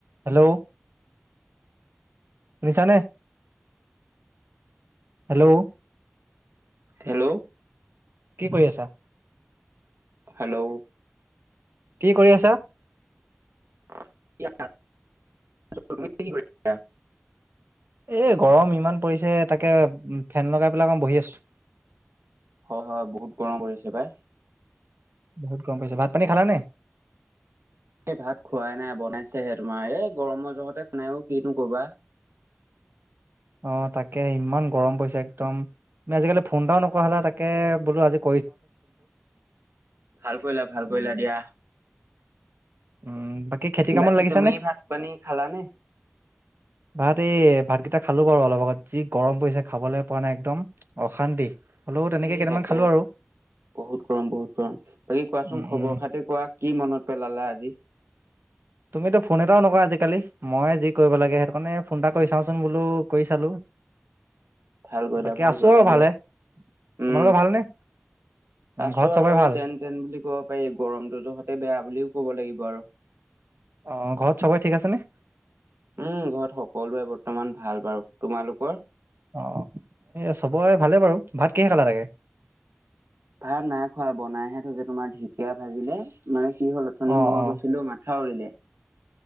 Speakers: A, on the right (about 60°); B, on the right (about 80°).
A: Hello. শুনিছানে hello.
B: Hello.
A: কি কৰি আছা?
B: হেল্ল'।
A: কি কৰি আছা?
B: <unintelligible>
A: এ, গৰম ইমান পৰিছে তাকে ফেন লগাই পেলাই অকমান বহি আছো।
B: হয়, হয় বহুত গৰম পৰিছে পাই।
A: বহুত গম পাইছে ভাত পানী খালা নে?
B: এই ভাত খোৱাই নাই বনাইছেহে তোমাৰ এই গৰমৰ জগতে খুনাই কিনো কবা।
A: <unintelligible> তাকে ইমান গৰম পৰিছছে একদম তুমি আজিকালি ফোন এটাও নকোৱা হ'লে তাকে বোলো আজিকালি
B: ভাল কৰিলা ভাল কৰিলা দিয়া
A: উম। খেতি কামত
B: বাকী
A: লাগিছানে?
B: তুমি ভাত পানী খালানে?
A: ভাত এই ভাতকেইটা খালো বাৰু অলপ আগত, যি গৰম পৰিছে খাবলৈ পোৱা নাই একদম অশান্তি। হলেও তেনেকে
B: এই
A: কেইটামান
B: তাকে
A: খালো আৰু
B: বহুত গৰম বহুত গৰম বাকী কোৱাচোন
A: উম
B: খবৰ
A: উম।
B: খাতি কোৱা কি মনত পেলালা আজি
A: <inaudible> তুমিতো ফোন এটাও নকোৱা আজিকালি মই যি কৰিব লাগে সেইটো কাৰণে ফোন এটা কৰি চাওঁচোন বোলো কৰি চালো
B: ভাল কৰিলা
A: বাকী
B: ভাল
A: আছো
B: কৰিলা
A: আৰু
B: দিয়া
A: ভালে তোমালোকৰ
B: উম
A: ভালনে
B: আছো
A: ঘৰত চবৰে
B: আৰু
A: ভাল?
B: যেন তেন বুলি ক'ব পাৰি গৰমটো তহতে বেয়া বুলিও ক'ব লাগিব আৰু
A: অ ঘৰত সবে ঠিক আছে নে
B: উম ঘৰত সকলোৱে বৰ্তমান ভাল বাৰু তোমালোকৰ
A: অ এ চবৰে ভালে বাৰু ভাত কেহে খালা লাগে
B: ভাত নাই খোৱা বনাইহে থগে তোমাৰ ঢেকিয়ীয়া ভাজিলে মানে কি হ'ল অথনি
A: অ',
B: মই
A: অ',
B: গৈছিলো মা থাউৰিলে